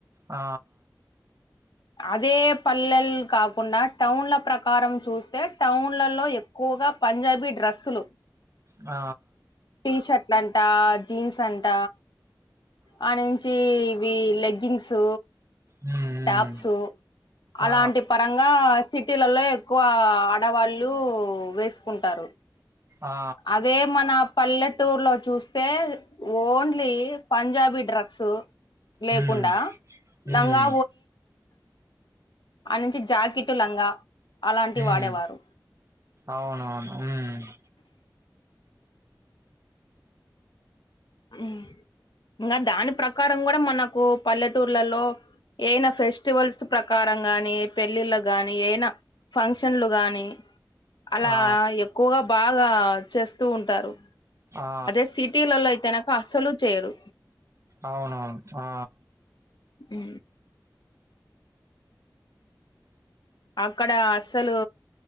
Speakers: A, on the right (about 45°); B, on the left (about 80°).
A: ఆ
B: అదే పల్లెలు కాకుండా టౌన్ల ప్రకారం చూస్తే టౌన్లలో ఎక్ క్కువగా పంజాబీ డ్రెస్సులు
A: ఆ
B: టీషర్ట్లంట జీన్స్ అంట ఆ నుంచి ఇవి లెగ్గింగ్స్
A: మ్మ్
B: టాప్స్ అలాంటి
A: ఆ
B: పరంగా సిటీలలో ఎక్కువ ఆడవాళ్ళు వేసుకుంటారు
A: ఆ
B: అదే మన పల్లెటూరు లో చూస్తే ఓన్లీ పంజాబీ డ్రస్సు లేకుండా
A: మ్మ్ మ్మ్
B: లంగా ఆ నుంచి జాకెట్ లంగా అలాంటివి
A: మ్మ్
B: వాడేవారు
A: అవునవును ఉమ్మ్
B: ఉమ్ ఇంకా దాని ప్రకారం కూడా మనకు పల్లెటూర్లలో ఏన ఫ్రెష్ స్టివల్స్ ప్రకారం గానీ, పెళ్ళిళ్ళ గానీ, ఏనా ఫంక్షన్లు గానీ, అలా
A: ఆ
B: ఎక్కువగ బాగా చేస్తూ ఉంటారు.
A: ఆ
B: అదే సిటీలల్లో అయితేనక అసలూ చేయరు.
A: అవునవును ఆ
B: ఉ అక్కడా అస్సలూ